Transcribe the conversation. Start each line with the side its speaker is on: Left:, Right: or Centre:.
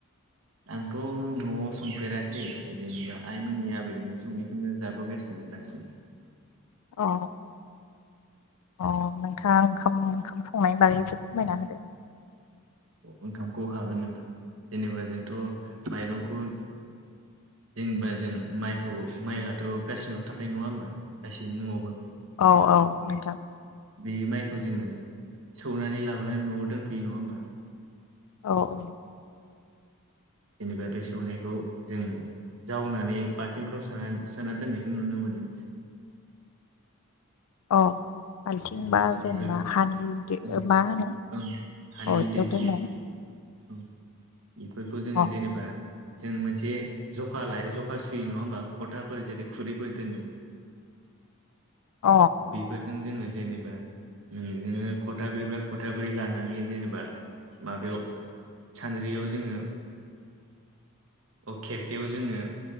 Right: आंथ' न'आव संफेराखै जेनेबा आइमोननि आबैमोननि संनाय खोनो जाबोगासिनो दासिम
Left: अ अ नोंथाङा ओंखाम ओंखाम संनायनि बागै एसे फोरमायना होदो
Right: ओंखामखौ हागोन नोंथां जेनेबा जोंथ' माइरंखौ जेनबा जों माइखौ माइआथ' गासिनावबो थाखायो नङा होमबा गासैनिबो न'आवबो
Left: औ औ नोंथां
Right: बे माइखौ जोङो सौनानै लाबोनानै न'आव दोनफैयो नङा होमबा
Left: औ औ
Right: जेनेबा बे सौनायखौ जोङो जावनानै बाल्थिंफ्राव सोना सोना दोननायखौ नुनो मोनो
Left: अ बाल्थिंबा
Right: जेनेबा बेफोर
Left: जेनेबा हानि दो
Right: औ
Left: ओ मा होनो
Right: ओं हानि
Left: अ बिदियाव
Right: दैहु
Left: दोनो
Right: उम बिफोरखौ जोङो
Left: अ
Right: जेनेबा जों मोनसे जखा लाय जखा सुयो नङा होमबा खथाफोर जेरै खुरैफोर दोनो
Left: अ
Right: बेफोरजों जोङो जेनेबा जोंनो खथाब्रै बा खथाब्रै लानानै जेनेबा माबायाव सान्द्रियाव जोङो अ खेरखायाव जोङो